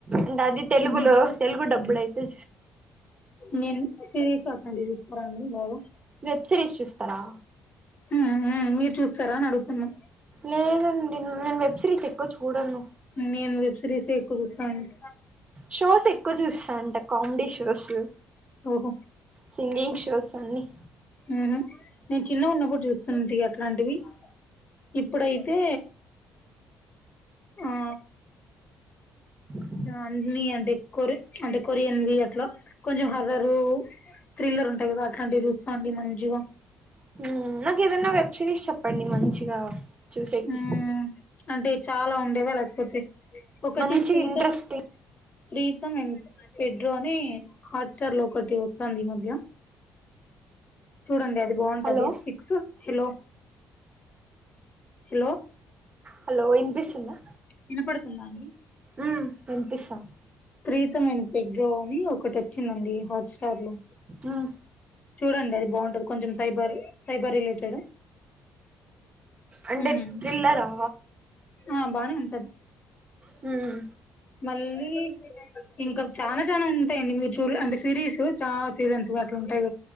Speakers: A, on the right (about 35°); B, on the left (about 40°).
A: ఇంగ అది తెలుగులో
B: ఊహూ
A: తెలుగు డబ్బ్ డైతే
B: నేన్ సిరీస్ అట్లఅండి జూస్తారండి బాగా
A: వెబ్ సిరీస్ చూస్తారా
B: హ్మ్ హు మీరు చూస్తారా అని అడుగుతున్నా
A: లేదండి నేను వెబ్ సిరీస్ ఎక్కువ చూడను
B: నేను వెబ్ సిరీసే ఎక్కువ జూస్తా అండి
A: షోస్ ఎక్కువ జూస్తా అంట కామెడీ షోసు
B: ఓహో
A: సింగింగ్ షోస్ అన్నీ
B: హుహూ నేను చిన్న ఉన్నప్పుడు జూస్తుంటి అట్లాంటివి ఇప్పుడైతే ఆ
A: <inaudible>
B: అన్ని అంటే కొరి అంటే కొరియన్వి అట్లా కొంచెం హర్రరు థ్రిల్లర్ ఉంటయి గదా అట్లాంటివి జూస్త అండి మంచిగా
A: హ్మ్ నాకు ఏదైనా వెబ్ సిరీస్ చెప్పండి మంచిగా చూసేకి
B: హ్మ్ అంటే చాలా ఉండేవా లేకపోతే ఒకటి
A: మంచి
B: Pritam
A: interesting
B: Pritam and Pedro అని హాట్ స్టార్ లో ఒకటి వస్తాంది ఈ మధ్య చూడండి అది బాగుంటది
A: hello
B: six hello hello
A: hello ఇని పిస్తుందా
B: వినపడుతుందా అండి
A: హ్మ్ వినిపిస్తాంది
B: ప్రీతం అండ్ పెడ్రో అని ఒకటి వచ్చిందండి హాట్స్టార్ లో
A: హ్మ్
B: చూడండి అది బావుంటది కొంచెం సైబర్ సైబర్ రిలేటెడ్
A: అంటే
B: ఉమ్
A: ఇలా రా
B: ఆ బానే ఉంటది
A: హ్మ్
B: మళ్ళీ ఇంకా చానా చానా ఉంటాయండి మీరు చూడల అంటే సిరీస్ చాలా సీజన్స్ అట్ల ఉంటాయి